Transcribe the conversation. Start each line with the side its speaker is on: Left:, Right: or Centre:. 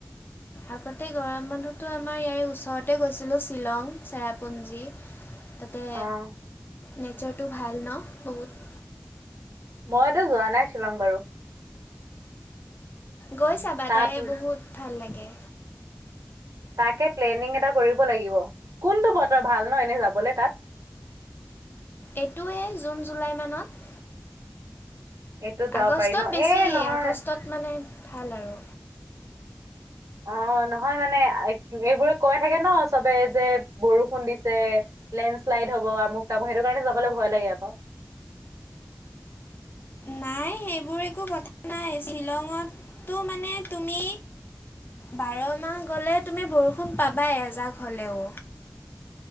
Left: আগতে গৰম বন্ধটো আমাৰ ইয়াৰে ওচৰতে গৈছিলোঁ শ্বিলং চেৰাপুঞ্জী।
Right: <unintelligible>
Left: তাতে
Right: অ',
Left: নেচাৰটো ভাল ন' বহুত।
Right: মইতো যোৱা নাই শ্বিলং বাৰু।
Left: গৈ চাবা,
Right: তাত
Left: তাৰে বহুত ভাল লাগে।
Right: তাকে প্লেনিং এটা কৰিব লাগিব। কোনটো বতৰ ভাল ন' এনেই যাবলৈ তাত?
Left: এইটোৱেই জুন জুলাই মানত।
Right: এইটোত যাব
Left: আগষ্টত
Right: পাৰি ন?
Left: বেছি,
Right: এ নহয়
Left: আগষ্টত মানে ভাল আৰু।
Right: অঁ' নহয় মানে এইবোৰে কৈ থাকে ন' চবে যে বৰষুণ দিছে- লেণ্ডশ্লাইড হ'ব, আমুক-তামুক সেইটো কাৰণে যাবলৈ ভয় লাগে আকৌ।
Left: নাই সেইবোৰ একো কথা নাই, শ্বিলঙতো মানে তুমি বাৰ মাহ গ'লে তুমি বৰষুণ পাবায়ে এজাক হ'লেও।